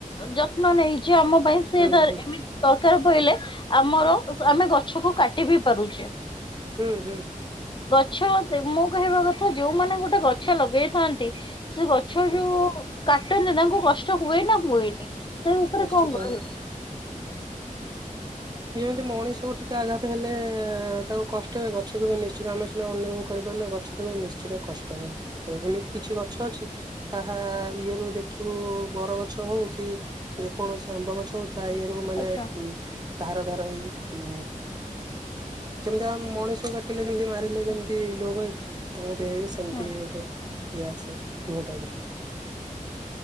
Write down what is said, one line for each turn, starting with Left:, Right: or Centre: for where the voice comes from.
Left: ଯତ୍ନ ନେଇଛେ ଆମ ପାଇଁ ସି
Right: ହୁଁ
Left: ତାଏମିତି
Right: ହୁଁ
Left: ତରକାର ପଇଲେ ଆମର ଆମେ ଗଛକୁ କାଟି ବି ପାରୁଛେ
Right: ହୁଁ ହୁଁ।
Left: ଗଛ ମୁଁ କହିବା କଥା ଯୋଉମାନେ ଗୋଟେ ଗଛ ଲଗେଇଥାନ୍ତି ସେ ଗଛ
Right: ହୁଁ
Left: ଯୋଉ କାଟନ୍ତି ତାଙ୍କୁ କଷ୍ଟ ହୁଏ ନା ହୁଏନି ସେଇ ଉପରେ
Right: ନିଶ୍ଚିତ
Left: କଅଁ
Right: ଭାବରେ।
Left: କରିବ?
Right: ଯେମିତି ମଣିଷକୁ ଟିକେ ଆଘାତ ହେଲେ ତାକୁ କଷ୍ଟ ହଏ ଗଛକୁ ବି ନିଶ୍ଚିତ ଆମେ ସିନା ଅନୁଭବ କରିପାରୁ ଗ ଗଛଟାକୁ ନିଶ୍ଚୟ କଷ୍ଟ ହବ ଏମିତି କିଛି ଗଛ ଅଛି ତାହା ଇଏରୁୁ ଦେଖିବୁ ବର ଗଛ ହଉ କି ଯେକୌଣସି ଆମ୍ବ ଗଛ ହଉ ତା ଇଏ ଯୋଉ ମାନେ
Left: ଆଚ୍ଛା
Right: ଧାର ଧାର ହେଇ ଉ ଯେମିତି ଆ ମଣିଷ କା ପିଲେ ଯେମିତି ମାରିଲେ
Left: ହୁଁ
Right: ଯେମିତି ଲୋଭ ହୁଏ ତାଙ୍କ ଦେହ ବି ସେମିତି
Left: ହୁଁ
Right: ଗୋଟେ ଏଆାସେ ଦୁହଟା ବିର